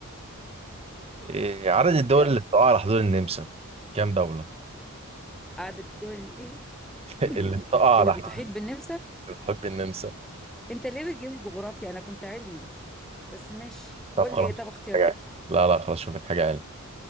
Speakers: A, on the right; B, in the centre.
A: إيه عدد الدول
B: يلا
A: اللي بتقع على حدود النمسا كام دولة
B: قعدت الدول الايه <clears throat>
A: <laughs>
B: مم.
A: اللي بتقع على
B: اللي بتحيط
A: حدود
B: بالنمسا
A: اللي بتحب النمسا
B: انت ليه بتجيب الجغرافيا انا كنت علمي بس ماشي
A: طب
B: قول
A: خلاص
B: لي إيه؟
A: شوف
B: طب اختيارات
A: لك حاجة علم. لا لا خلاص شوف لك حاجة علم